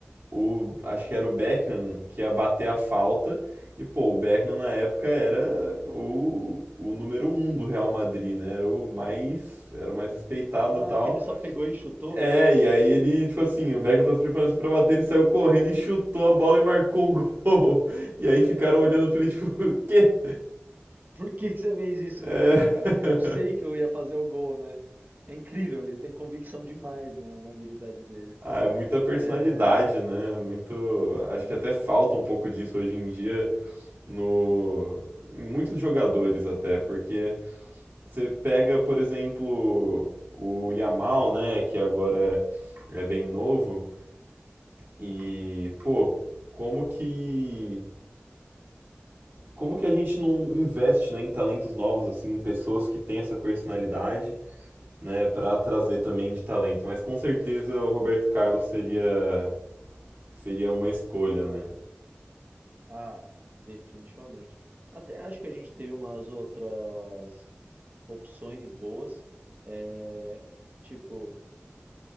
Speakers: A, on the right; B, on the right.
A: o, acho que era o Beckham que ia bater a falta. E, pô, o Beckham na época era o, o número um do Real Madrid, né? Era o mais, era o mais respeitado
B: Ah,
A: e tal.
B: que ele só pegou e chutou?
A: É, e aí ele, tipo assim, o Beckham tava se preparando assim pra bater, ele saiu correndo e chutou a bola e marcou o gol. <laughs> E aí ficaram
B: É,
A: olhando pra ele, tipo, <laughs> o quê?
B: por que que você fez isso?
A: É...
B: Mas ele falou, cara, eu sei
A: <laughs>
B: que eu ia fazer o gol, né? É incrível, ele tem convicção demais na, na habilidade dele.
A: Ah, é muita personalidade,
B: É,
A: né? Muito.
B: sim,
A: Acho que até
B: sim.
A: falta um pouco disso hoje em dia. no em muitos jogadores até, porque você pega, por exemplo, o Yamal, né, que agora é bem novo e, pô, como que como que a gente não investe, né, em talentos novos assim, em pessoas que têm essa personalidade, né, para trazer também de talento. Mas com certeza o Roberto Carlos seria seria uma escolha, né?
B: Ah, definitivamente. Até acho que a gente teve umas outras opções boas. É, tipo.